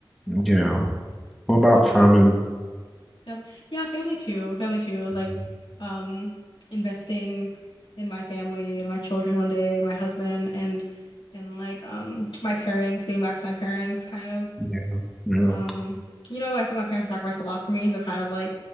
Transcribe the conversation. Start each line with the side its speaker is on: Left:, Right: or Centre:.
Centre: yeah. What about
Left: what about
Centre: family?
Left: you Fam yeah, family too. Family too. Like,
Centre: Mhm.
Left: um, investing in my family and my children one day, and my husband and and like um my parents, getting back to my parents kind of.
Centre: Yeah, yeah.
Left: Um, you know, I feel like my parents sacrificed a lot for me, so kind of like